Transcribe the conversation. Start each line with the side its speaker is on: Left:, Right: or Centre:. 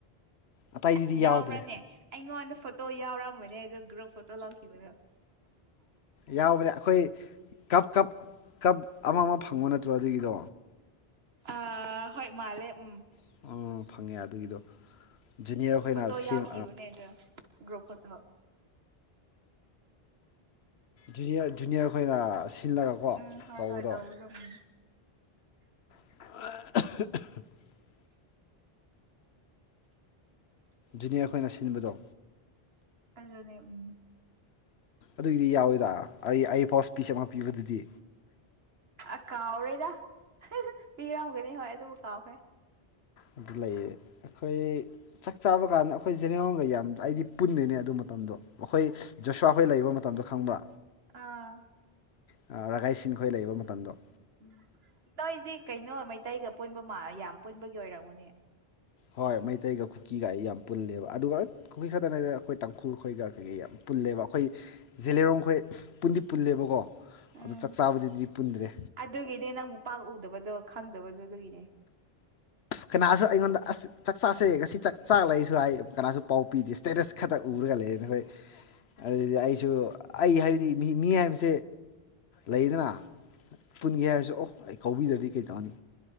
Left: ꯑꯇꯩꯗꯗꯤ
Right: ꯑꯁ ꯌꯥꯎꯕ꯭ꯔꯅꯦ
Left: ꯌꯥꯎꯗ꯭ꯔꯦ
Right: ꯑꯩꯉꯣꯟꯗ ꯐꯣꯇꯣ ꯌꯥꯎꯔꯝꯒꯅꯤ ꯑꯩꯗꯣ ꯒ꯭ꯔꯨꯞ ꯐꯣꯇꯣ ꯂꯧꯈꯤꯕꯗꯣ
Left: ꯌꯥꯎꯕꯅꯦ ꯑꯩꯈꯣꯏ ꯀꯞ ꯀꯞ ꯀꯞ ꯑꯃ ꯑꯃ ꯐꯪꯕ ꯅꯠꯇ꯭ꯔꯣ ꯑꯗꯨꯒꯤꯗꯣ
Right: ꯑ ꯍꯣꯏ ꯃꯥꯜꯂꯦ ꯎꯝ
Left: ꯑꯥ ꯐꯪꯉꯦ ꯑꯗꯨꯒꯤꯗꯣ ꯖꯨꯅꯤꯌꯔ ꯈꯣꯏꯅ
Right: ꯐꯣꯇꯣ ꯌꯥꯎꯈꯤꯕꯅꯦ
Left: ꯁꯦꯝ
Right: ꯑꯗꯣ ꯒ꯭ꯔꯨꯞ ꯐꯣꯇꯣ
Left: ꯖꯨꯅꯤꯌꯔ ꯖꯨꯅꯤꯌꯔꯈꯣꯏꯅ ꯁꯤꯜꯂꯒꯀꯣ
Right: ꯎꯝ ꯍꯣꯏ
Left: ꯇꯧꯕꯗꯣ
Right: ꯍꯣꯏ ꯎꯝ
Left: <unintelligible> ꯖꯨꯅꯤꯌꯔ ꯈꯣꯏꯅ ꯁꯤꯟꯕꯗꯣ
Right: ꯑꯗꯨꯅꯦ ꯎꯝ
Left: ꯑꯗꯨꯏꯗꯤ ꯌꯥꯎꯋꯤꯗ ꯑꯩ ꯑꯩ ꯄꯥꯎꯁ ꯄꯤꯁ ꯑꯃ ꯄꯤꯕꯗꯨꯗꯤ
Right: ꯑ ꯀꯥꯎꯔꯦꯗ ꯄꯤꯔꯝꯒꯅꯤ ꯍꯣꯏ ꯑꯗꯨꯕꯨ ꯀꯥꯎꯈ꯭ꯔꯦ
Left: ꯑꯗꯨ ꯂꯩꯌꯦ ꯑꯩꯈꯣꯏ ꯆꯥꯛ ꯆꯥꯕ ꯀꯥꯟꯗ ꯑꯩꯈꯣꯏ ꯖꯦꯅꯦꯔꯣꯟꯒ ꯌꯥꯝ ꯑꯩꯗꯤ ꯄꯨꯟꯗꯦꯅꯦ ꯑꯗꯨ ꯃꯇꯝꯗꯣ ꯑꯩꯈꯣꯏ ꯖꯁ꯭ꯋꯥꯈꯣꯏ ꯂꯩꯕ ꯃꯇꯝꯗꯣ ꯈꯪꯕ꯭ꯔꯥ
Right: ꯑꯥ
Left: ꯔꯥꯒꯥꯏꯁꯤꯡ ꯈꯣꯏ ꯂꯩꯕ ꯃꯇꯝꯗꯣ
Right: ꯎꯝ ꯎꯝ ꯇꯩꯏꯗꯤ ꯀꯩꯅꯣ ꯃꯩ ꯇꯩꯒ ꯄꯨꯟꯕ ꯌꯥꯝ ꯄꯨꯟꯕꯒꯤ ꯑꯣꯏꯔꯝꯒꯅꯤ
Left: ꯍꯣꯏ ꯃꯩꯇꯩꯒ ꯀꯨꯀꯤꯒ ꯑꯩ ꯌꯥꯝ ꯄꯨꯜꯂꯦꯕ ꯑꯗꯨꯒ ꯀꯨꯀꯤ ꯈꯛꯇꯅꯦꯗ ꯑꯩꯈꯣꯏ ꯇꯥꯡꯈꯨꯜꯈꯣꯏꯒ ꯀꯩꯀꯩ ꯌꯥꯝ ꯄꯨꯜꯂꯤ ꯄꯨꯜꯂꯦꯕ ꯑꯩꯈꯣꯏ ꯖꯦꯂꯦꯔꯣꯡ ꯑꯩꯈꯣꯏ ꯄꯨꯟꯗꯤ ꯄꯨꯜꯂꯦꯕꯀꯣ
Right: ꯎꯝ
Left: ꯑꯗꯣ ꯆꯥꯛ ꯆꯥꯕꯗꯨꯗꯤ ꯄꯨꯟꯗ꯭ꯔꯦ
Right: ꯑꯗꯨꯒꯤꯗꯤ ꯅꯪꯕꯨ ꯄꯥꯛ ꯎꯗꯕꯗꯣ ꯈꯪꯗꯕ ꯑꯗꯨ ꯑꯗꯨꯒꯤꯅꯦ
Left: ꯀꯅꯥꯁꯨ ꯑꯩꯉꯣꯟꯗ ꯑꯁ ꯆꯥꯛ ꯆꯥꯛꯁꯦ ꯉꯁꯤ ꯆꯥꯛ ꯆꯥꯛ ꯂꯩꯁꯨ ꯍꯥꯏ ꯀꯅꯥꯁꯨ ꯄꯥꯎ ꯄꯤꯗꯦ ꯁ꯭ꯇꯦꯇꯁ ꯈꯛꯇ ꯎꯔꯒ ꯂꯩꯌꯦ ꯅꯈꯣꯏ ꯑꯗꯨꯗꯤ ꯑꯩꯁꯨ ꯑꯩ ꯍꯥꯏꯕꯗꯤ ꯃꯤ ꯃꯤ ꯍꯥꯏꯕꯁꯤ ꯂꯩꯗꯅ ꯄꯨꯟꯒꯦ ꯍꯥꯏꯔꯁꯨ ꯑꯣ ꯑꯩ ꯀꯧꯕꯤꯗ꯭ꯔꯗꯤ ꯀꯩ ꯇꯧꯅꯤ